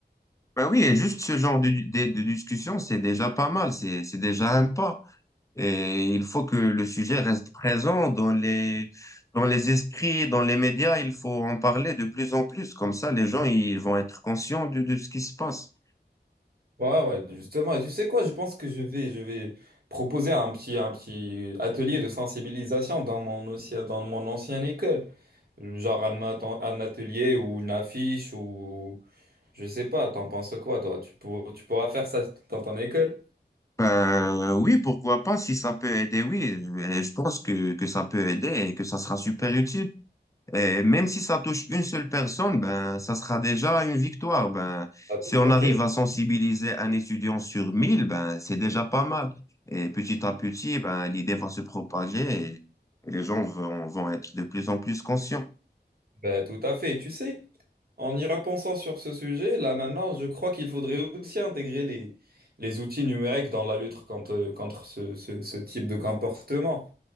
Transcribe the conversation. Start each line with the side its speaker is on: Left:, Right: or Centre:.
Left: Ben oui, et juste ce genre de, de de discussion, c'est déjà pas mal, c'est c'est déjà un pas. Et il faut que le sujet reste présent dans les, dans les esprits, dans les médias. Il faut en parler de plus en plus. Comme ça, les gens, ils vont être conscients de, de ce qui se passe.
Right: Ouais, ouais, justement. Et tu sais quoi, je pense que je vais, je vais proposer un petit, un petit atelier de sensibilisation dans mon, aussi, dans mon ancienne école. Genre un, atten- un atelier ou une affiche ou je sais pas, t'en penses quoi, toi? Tu pour- tu pourras faire ça dans ton école?
Left: Ben, oui, pourquoi pas, si ça peut aider, oui. Et je pense que, que ça peut aider et que ça sera super utile. Et même si ça touche une seule personne, ben, ça sera déjà une victoire. Ben,
Right: Ah, tout
Left: si on
Right: à
Left: arrive
Right: fait.
Left: à sensibiliser un étudiant sur 1000, ben, c'est déjà pas mal. Et petit à petit, ben, l'idée va se propager et, et les gens vont, vont être de plus en plus conscients.
Right: Bah, tout à fait. Tu sais, en y repensant sur ce sujet, là maintenant, je crois qu'il faudrait aussi intégrer les, les outils numériques dans la lutte contre, contre ce, ce ce type de comportement.